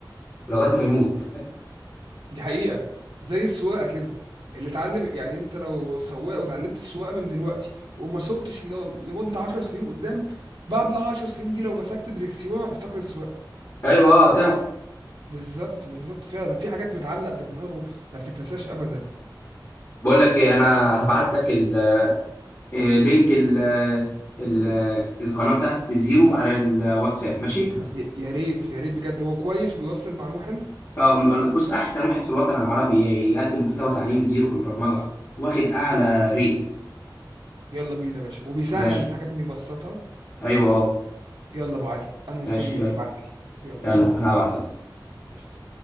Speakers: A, on the left (about 35°); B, on the right (about 70°).
A: لغايه ما يموت
B: دي حقيقة زي السواقة كده اللي اتعلم يعني انت لو سواق وتعلمت السواقة من دلوقتي وما سوقتش ل- لمدة 10 سنين قدام بعد ال 10 سنين دي لو مسكت دريكسيون هتفتكر السواقة
A: ايوه اه
B: أو بالظبط بالظبط فعلا في حاجات بتعلق في الدماغ وما بتتنساش ابدا
A: بقول لك ايه انا هبعت لك ال- إيه، لينك ال ال القناه بتاعت زيرو على الواتساب ماشي
B: ي- يا ريت يا ريت بجد هو كويس وبيوصل معلومة حلو
A: آه، بص احسن واحد في الوطن العربي يقدم محتوى تعليمي زيرو في البرمجه واخد اعلى ريت
B: يلا بينا يا باشا وبيسهل
A: ماشي
B: الحاجات وبيبسطها
A: ايوه اه
B: يلا ابو علي انا مستنيك
A: ماشي يلا
B: ابعت لي يلا
A: يلا انا هبعتها
B: قشطة